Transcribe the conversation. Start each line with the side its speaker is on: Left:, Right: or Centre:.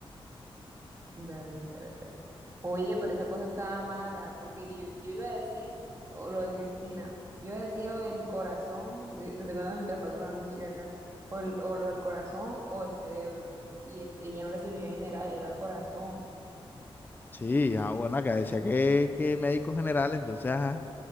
Right: Dale, espérate ahí. Oye, pero esa cosa estaba mala, porque yo, yo iba a decir, o lo de Cristina, yo iba a decir o el corazón, te, te estoy contando mientras pasó un anuncio acá, o, el- o lo del corazón o el cerebro, y es- ella no era cirugía general, era el corazón.
Left: Sí, ah, bueno, acá decía que, que médico general, entonces, ajá,